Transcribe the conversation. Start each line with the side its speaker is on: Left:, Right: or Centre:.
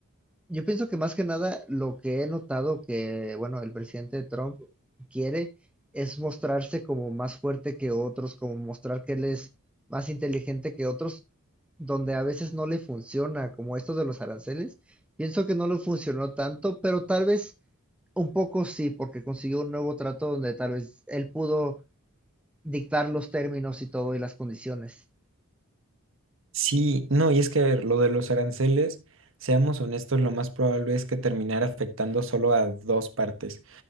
Centre: yo pienso que más que nada lo que he notado que, bueno, el presidente Trump quiere es mostrarse como más fuerte que otros, como mostrar que él es más inteligente que otros, donde a veces no le funciona, como esto de los aranceles. Pienso que no le funcionó tanto, pero tal vez un poco sí, porque consiguió un nuevo trato donde tal vez él pudo dictar los términos y todo y las condiciones.
Right: Sí, no, y es que, a ver, lo de los aranceles, seamos honestos, lo más probable es que terminara afectando solo a dos partes.